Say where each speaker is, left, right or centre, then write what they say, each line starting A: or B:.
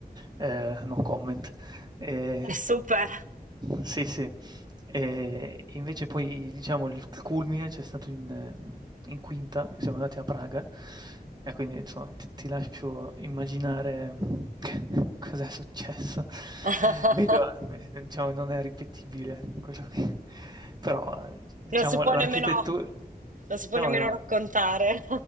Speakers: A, on the right (about 25°); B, on the right (about 55°).
A: eh, no comment. Eh,
B: Super.
A: sì, sì. Ehm, invece poi diciamo il culmine c'è stato in ehm, in quinta, siamo andati a Praga e quindi insomma ti ti lascio immaginare <laughs> cos'è successo.
B: <laughs>
A: Vedo ehm, diciamo non è ripetibile quello che però eh, diciamo
B: Non si può
A: l'architettu
B: nemmeno, non si può
A: no,
B: nemmeno
A: no.
B: raccontare.